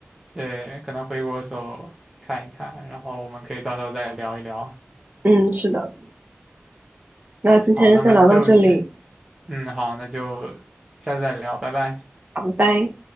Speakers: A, on the right (about 15°); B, on the right (about 40°).
A: 对可能回国的时候看一看，然后我们可以到时候再聊一聊。
B: 嗯，是的。那今天先聊到这里，
A: 好，那我们就先，嗯，好，那就下次再聊，拜拜。
B: 好，拜拜。